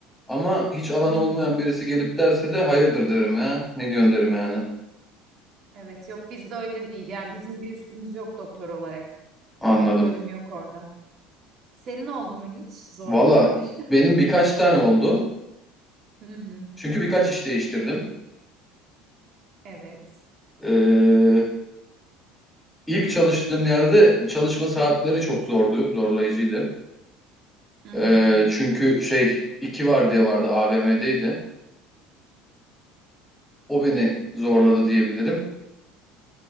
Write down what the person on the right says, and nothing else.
Hı
hı.
Evet, yok bizde öyle değil. Yani bizim bir üstümüz yok doktor olarak.
Ee, bir bölüm yok orada. Senin oldu mu hiç zorluklar?
<laughs> Hı hı.
Evet.
Hı
hı.